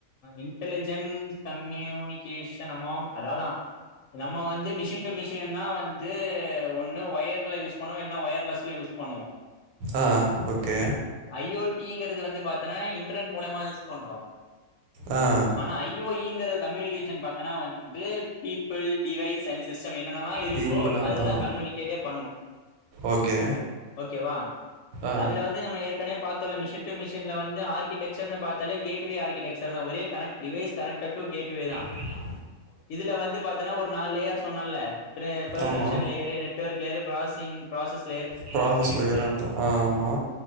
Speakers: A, on the left; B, on the right.
A: இன்டெலிஜென்ஸ் கம்யூனிகேஷன் அமாங் அதாது நம்ம வந்து மிஷின் டூ மிஷின்னா வந்து ஒண்ணு ஒயர்ல யூஸ் பண்ணுவோ இல்லன்னா ஒயர்லெஸ்ல யூஸ் பண்ணுவோ
B: ஆ ஓகே
A: ஐ ஓ டிங்கிறது வந்து பாத்தன்னா இன்டர்நெட் மூலியமா யூஸ் பண்றோ
B: ஆ
A: ஆனா ஐ ஓ இங்கிற கம்யூனிகேஷன் பாத்தனா வந்து பீப்பிள் டிவைஸ் அண்ட் சிஸ்டம் என்னன்ன லா இருக்கோ
B: பீப்பிள்
A: அதுதா
B: அதான்.
A: கம்யூனிகேட்டே பண்ணு
B: ஓகே.
A: ஓகேவா
B: ஆ.
A: அதுல வந் து நம்ம ஏற்கனவே பத்தோல்ல மிஷின் டூ மிஷின்ல வந்து ஆர்கிடெக்சர்ன்னு பாத்தால கேட்டுவே ஆர்கிடெக்சர் தா ஒரே connect device connected to gateway தா
B: இதேதா
A: இதுல வந்து பாத்தன்னா ஒரு நாலு லேயர் சொன்னன்ல பிரே Perception
B: ஆமா.
A: layer network layer processing process
B: process layer அதா ஆ ஆமா